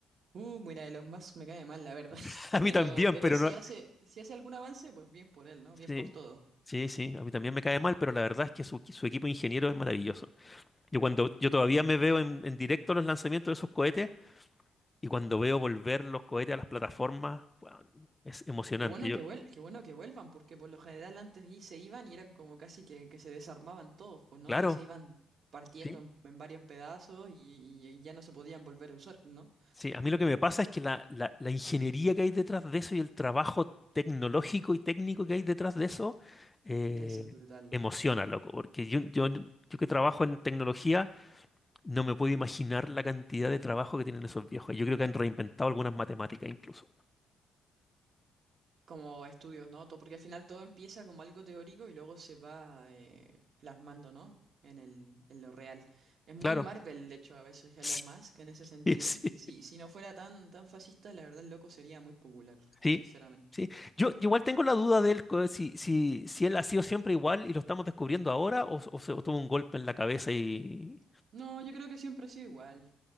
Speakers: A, on the right; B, on the left.
A: Uh, mira, Elon Musk me cae mal, la verdad. <laughs>
B: <laughs> A mí
A: Pero,
B: también,
A: pero
B: pero
A: si
B: no.
A: hace, si hace algún avance, pues bien por él, ¿no? Bien
B: Sí,
A: por todos.
B: sí, sí. A mí también me cae mal, pero la verdad es que su, su equipo de ingenieros es maravilloso. Yo cuando yo todavía me veo en, en directo los lanzamientos de sus cohetes y cuando veo volver los cohetes a las plataformas, weón, es emocionante.
A: Qué bueno
B: Yo,
A: que vuel, qué bueno que vuelvan, porque por lo general antes y se iban y eran como casi que, que se desarmaban todos, pues, ¿no?
B: claro.
A: Y se iban partiendo
B: sí
A: en, en varios pedazos y, y y ya no se podían volver a usar, ¿no?
B: Sí, a mí lo que me pasa es que la, la- la ingeniería que hay detrás de eso y el trabajo tecnológico y técnico que hay detrás de eso eh,
A: Debe ser brutal,
B: emociona,
A: ¿no?
B: loco, porque yo, yo, yo que trabajo en tecnología no me puedo imaginar la cantidad de trabajo que tienen esos viejos. Yo creo que han reinventado algunas matemáticas incluso.
A: como estudios, ¿no? Todo, porque al final todo empieza como algo teórico y luego se va eh, plasmando, ¿no? En el, en lo real. Es muy
B: Claro.
A: Marvel, de hecho, a veces Elon
B: <laughs>
A: Musk en ese sentido.
B: Sí, sí,
A: Si, si no fuera tan, tan fascista, la verdad el loco sería muy popular,
B: sí.
A: sinceramente.
B: Yo, yo igual tengo la duda de él, co- si, si, si él ha sido siempre igual y lo estamos descubriendo ahora o, o se o tuvo un golpe en la cabeza y...
A: No, yo creo que siempre ha sido igual.